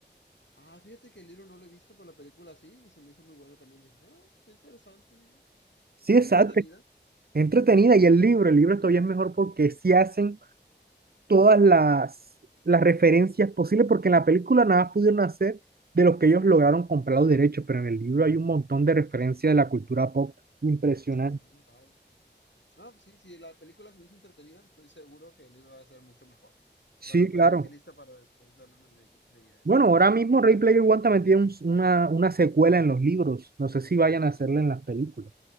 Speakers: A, on the left; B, on the right.
A: Ah, fíjate que el libro no lo he visto, pero la película sí, y se me hizo muy buena también. Dije, ah, está interesante, dije.
B: Sí, exacto,
A: Está entretenida.
B: es entretenida y el libro, el libro todavía es mejor porque sí hacen todas las, las referencias posibles, porque en la película nada más pudieron hacer de lo que ellos lograron comprar los derechos, pero en el libro hay un montón de referencias de la cultura pop impresionante.
A: Ah, vaya. No, sí, sí, la película se me hizo entretenida, estoy seguro que el libro va a ser mucho mejor.
B: Sí,
A: Lo anotaré
B: claro.
A: en mi lista para después darle una le- leída de
B: Bueno,
A: seguro.
B: ahora mismo Ready Player One también tiene un- una, una secuela en los libros, no sé si vayan a hacerla en las películas.